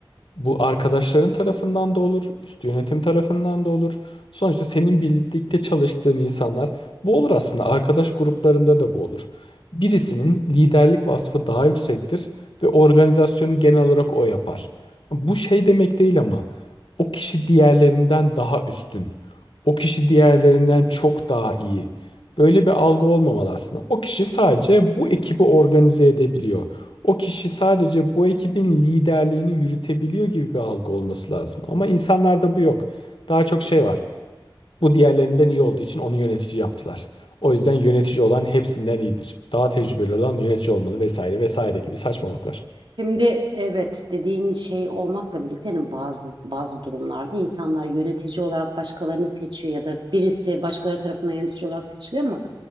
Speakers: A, on the left; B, on the right.
A: Bu arkadaşların tarafından da olur, üst yönetim tarafından da olur. Sonuçta senin birlikte çalıştığın insanlar bu olur aslında. Arkadaş gruplarında da bu olur. Birisinin liderlik vasfı daha yüksektir ve organizasyonu genel olarak o yapar. Bu şey demek değil ama o kişi diğerlerinden daha üstün. O kişi diğerlerinden çok daha iyi. Böyle bir algı olmamalı aslında. O kişi sadece bu ekibi organize edebiliyor. O kişi sadece bu ekibin liderliğini yürütebiliyor gibi bir algı olması lazım. Ama insanlarda bu yok. Daha çok şey var. Bu diğerlerinden iyi olduğu için onu yönetici yaptılar. O yüzden yönetici olan hepsinden iyidir. Daha tecrübeli olan yönetici olmalı vesaire vesaire gibi saçmalıklar.
B: Şimdi evet dediğin şey olmakla birlikte yani bazı bazı durumlarda insanlar yönetici olarak başkalarını seçiyor ya da birisi başkaları tarafından yönetici olarak seçiliyor ama